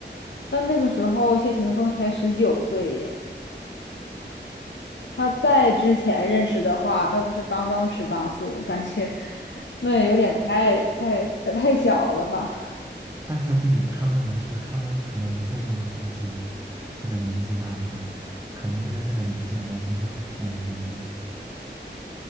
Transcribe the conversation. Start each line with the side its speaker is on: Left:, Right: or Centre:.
Left: 但那个时候谢霆锋才十九岁耶，他在之前认识的话，那不是刚刚十八岁，感觉 <laughs> 那也有点太太呃太小了吧。
Right: 但是对于他们来说，他们可能不会这么顾忌呀、这个年纪大不大？可能就是这个年纪的男生最好骗了，对不对？